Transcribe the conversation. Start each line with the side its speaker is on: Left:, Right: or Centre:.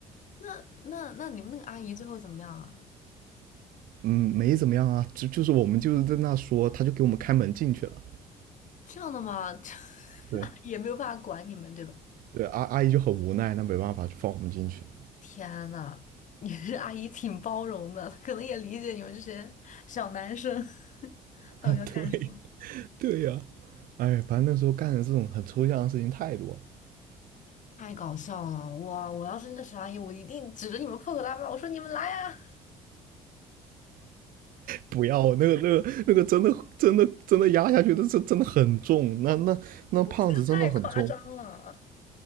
Left: 那那那你们那个阿姨最后怎么样啊？
Right: 嗯，没怎么样啊，就就是我们就是在那说，他就给我们开门进去了。
Left: 这样的嘛，吗？<laughs>
Right: 对
Left: 也没有办法管你们，对吧？
Right: 对，阿阿姨就很无奈，那没办法，就放我们进去了。
Left: 天呐，你这阿姨挺包容的，可能也理解你们这些小男生 <laughs>
Right: <laughs>
Left: 到底要干什么。
Right: 对对呀、哎，反正那时候干的这种很抽象的事情太多了
Left: 太搞笑了！哇，我要是那个小阿姨，我一定指着你们破口大骂，我说你们来呀、
Right: 不要那个那个那个真的真的真的压下去，那这真的很重，那那那胖子真的很重，
Left: <laughs> 太夸张了，